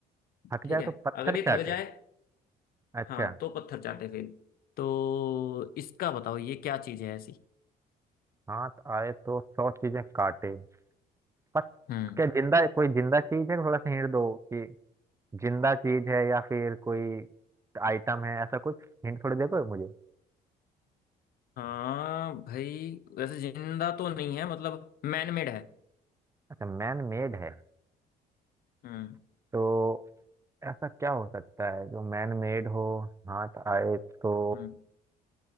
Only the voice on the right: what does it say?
थक
जाए
तो पत्थर
चाटे
अच्छा
हाथ आए तो सौ चीजें काटे पत
क्या जिंदा कोई जिंदा चीज है थोड़ा सा हिंट दो कि जिंदा चीज है या फिर कोई आइटम है ऐसा कुछ हिंट थोड़ी देखो मुझे
अच्छा मैन मेड है
तो ऐसा क्या हो सकता है जो मैन मेड हो हाथ आए तो